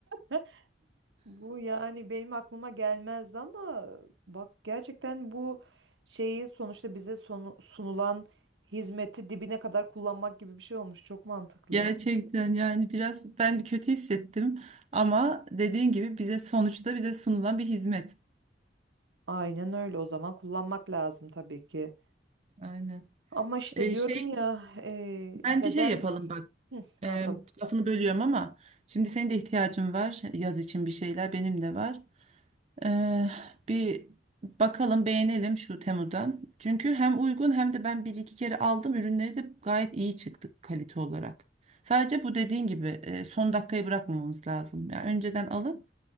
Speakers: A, on the right; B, on the right.
A: <laughs> Bu yani benim aklıma gelmezdi ama bak gerçekten bu şeyi sonuçta bize sonu- sunulan hizmeti dibine kadar kullanmak gibi bir şey olmuş. Çok mantıklı.
B: <laughs> Gerçekten yani biraz ben kötü hissettim ama dediğin gibi bize sonuçta bize sunulan bir hizmet.
A: Aynen öyle o zaman kullanmak lazım tabii ki.
B: Aynen.
A: Ama işte
B: E,
A: diyorum
B: şey
A: ya e, beden
B: bence şey yapalım bak.
A: Hı, ne
B: E,
A: yapalım?
B: lafını bölüyorum ama şimdi senin de ihtiyacın var yaz için bir şeyler benim de var. Eee, bir bakalım beğenelim şu Temu'dan. Çünkü hem uygun hem de ben bir iki kere aldım. Ürünleri de gayet iyi çıktı kalite olarak. Sadece bu dediğin gibi eee, son dakikayı bırakmamamız lazım. Yani önceden alıp